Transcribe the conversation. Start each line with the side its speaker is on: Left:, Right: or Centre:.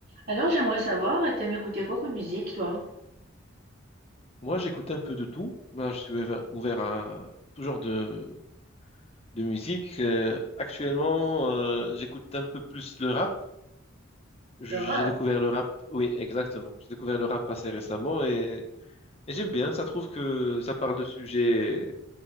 Right: Alors, j'aimerais savoir, et t'aimes écouter quoi comme musique, toi?
Left: Moi, j'écoute un peu de tout. Moi, je suis ouver- ouvert à tout genre de, de musique. Euh, actuellement, euh, j'écoute un peu plus le rap. J-
Right: Le rap,
Left: J'ai découvert le rap, oui, exactement. J'ai découvert le rap assez récemment et, et j'aime bien. Ça trouve que ça parle de sujets